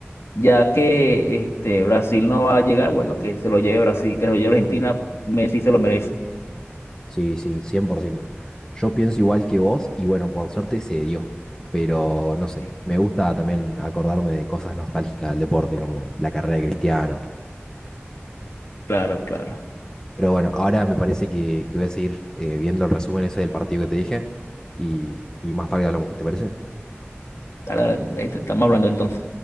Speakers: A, on the left; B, on the left.
A: ya que este, Brasil no va a llegar, bueno, que se lo lleve Brasil, que se lo lleve Argentina, Messi se lo merece.
B: Sí, sí, cien por ciento Yo pienso igual que vos y bueno, por suerte se dio, pero no sé,
A: sí,
B: me gusta también acordarme de cosas nostálgicas del deporte, como la carrera de Cristiano.
A: claro, claro.
B: Pero bueno, ahora me parece que, que voy a seguir eh, viendo el resumen ese del partido que te dije y, y más tarde hablamos, ¿qué te parece?
A: Ahora, este, estamos hablando entonces.